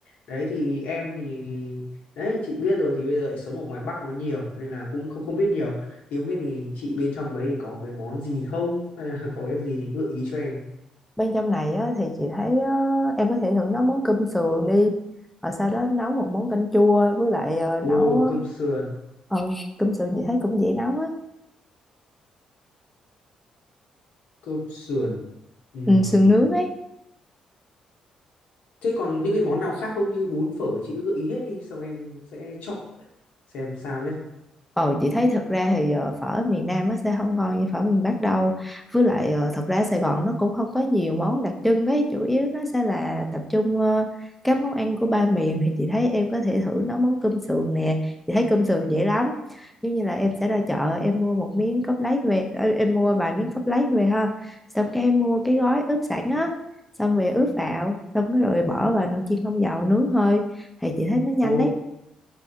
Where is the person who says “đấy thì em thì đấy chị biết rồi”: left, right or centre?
Left